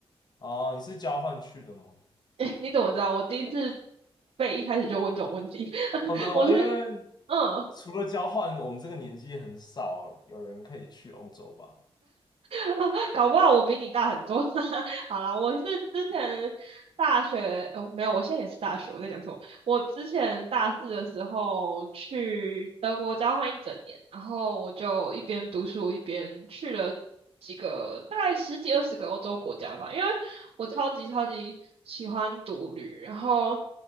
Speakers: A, on the left; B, on the right.
A: 哦，你是交换去的吗？
B: 诶，你怎么知道？我第一次被一开始就问这种问题，<laughs>
A: 哦，真的吗？
B: 我是
A: 因为
B: 嗯
A: 除了交换，我们这个年纪很少有人可以去欧洲吧。
B: <laughs> 搞不好我比你大很多。<laughs> 好啦，我是之前大学，哦，没有，我现在也是大学。我在讲什么？我之前大四的时候去德国交换一整年，然后我就一边读书一边去了几个，大概十几二十个欧洲国家吧。因为我超级超级喜欢独旅，然后